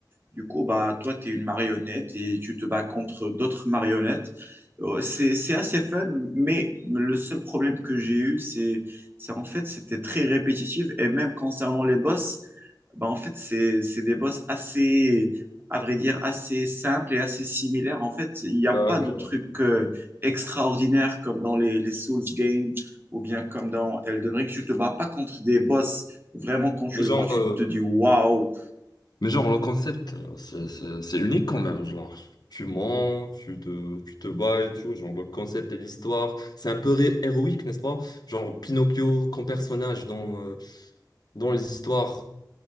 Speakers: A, on the right; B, on the left.
A: Du coup, bah, toi, tu es une marionnette et tu te bats contre d'autres marionnettes. Euh, C'est, c'est assez fun, mais le seul problème que j'ai eu, c'est, c'est en fait, c'était très répétitif. Et même concernant les boss, bah, en fait, c'est, c'est des boss assez, à vrai dire, assez simples et assez similaires. En fait, il n'y a
B: D'accord.
A: pas de trucs euh, extraordinaires comme dans les, les Souls games ou bien comme dans Elden Ring. Tu te bats pas contre des boss. Vraiment, quand tu
B: Mais
A: le
B: genre,
A: vois, tu
B: euh,
A: te dis waouh.
B: mais genre, le concept, euh, c'est c'est- c'est unique quand même. Genre, tu mens, tu te, tu te bats et tout. Genre, le concept et l'histoire, c'est un peu ré- héroïque, n'est-ce pas? Genre, Pinocchio comme personnage dans, euh, dans les histoires.